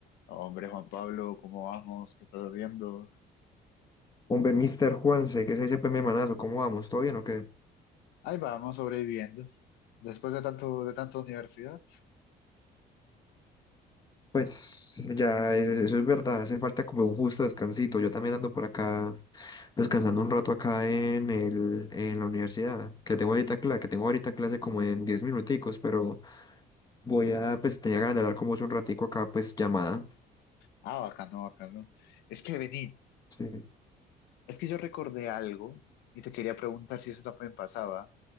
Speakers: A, on the left; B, on the left.
A: Hombre, Juan Pablo, ¿cómo vamos? ¿Qué estás viendo?
B: Hombre, Mister Juanse, ¿qué se dice, pues, mi hermanazo? ¿Cómo vamos? ¿Todo bien o qué?
A: Ahí vamos, sobreviviendo. Después de tanto, de tanta universidad.
B: Pues ya, es- es- eso es verdad, hace falta como un justo descansito. Yo también ando por acá descansando un rato acá en el, en la universidad, que tengo ahorita clase, que tengo ahorita clase como en 10 minuticos, pero voy a, pues tenía ganas de hablar con vos un ratico acá, pues llamada.
A: Ah, bacano, bacano. Es que vení,
B: Sí.
A: es que yo recordé algo y te quería preguntar si eso también pasaba.